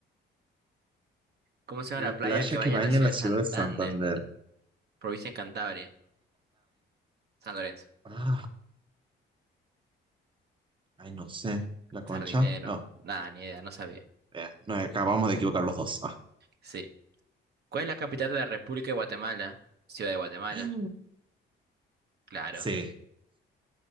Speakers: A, on the right; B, on the right.
A: ¿Cómo se llama
B: la
A: la playa
B: playa
A: que vaya
B: que baña
A: a la ciudad
B: la
A: de
B: ciudad
A: Santander,
B: de Santander.
A: provincia de Cantabria? San Lorenzo.
B: Ah, ay, no sé. ¿La Concha?
A: Sardinero.
B: No.
A: Nada, ni idea, no sabía.
B: eh, no, acabamos de equivocar los dos. Ah.
A: Sí. ¿Cuál es la capital de la República de Guatemala? Ciudad de Guatemala.
B: Ay,
A: Claro.
B: Sí.